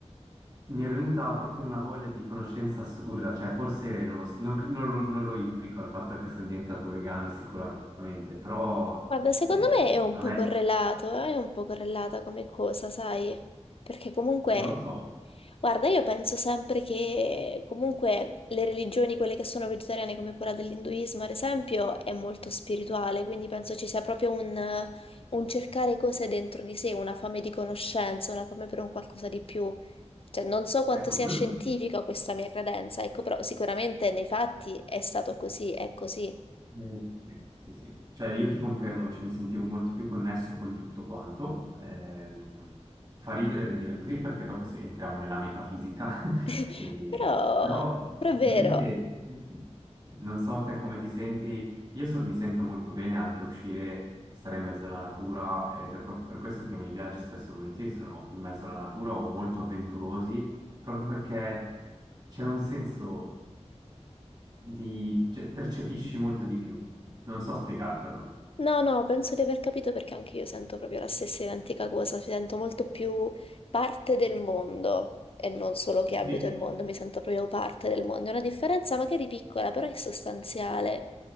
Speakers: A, on the right; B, on the left.
A: mi è venuta proprio una voglia di conoscenza assurda, cioè forse non lo, s- non cre- non lo- non lo implico al fatto che sono diventato vegano sicuramente, però
B: Guarda, secondo
A: eh,
B: me è un
A: a
B: po'
A: me
B: correlato, eh, è un po' correlata come cosa, sai? Perché comunque,
A: non lo so.
B: guarda, io penso sempre che comunque le religioni, quelle che sono vegetariane come quella dell'induismo, ad esempio, è molto spirituale, quindi penso ci sia proprio un, un cercare cose dentro di sé, una fame di conoscenza, una fame per un qualcosa di più. Cioè, non so quanto
A: Ecco,
B: sia
A: quello
B: scientifica
A: sì.
B: questa mia credenza, ecco, però sicuramente nei fatti è stato così, è così.
A: Eh, Sì, sì, sì. Cioè io ti confermo, cioè, mi sentivo molto più connesso con tutto quanto. Ehm, fa ridere da dire così perché dopo se- entriamo nella metafisica, <laughs>
B: <laughs>
A: E-
B: Però,
A: però effettivamente,
B: però è vero,
A: non so te come ti senti, io so- mi sento molto bene anche a uscire, stare in mezzo alla natura ed è proprio per questo che i miei viaggi spesso e volentieri sono in mezzo alla natura o molto avventurosi proprio perché c'è un senso di... cioè, percepisci molto di più. Non so spiegartelo.
B: No, no, penso di aver capito perché anche io sento proprio la stessa identica cosa, mi sento molto più parte del mondo e non solo che
A: Sì.
B: abito il mondo, mi sento proprio parte del mondo. È una differenza magari piccola, però è sostanziale,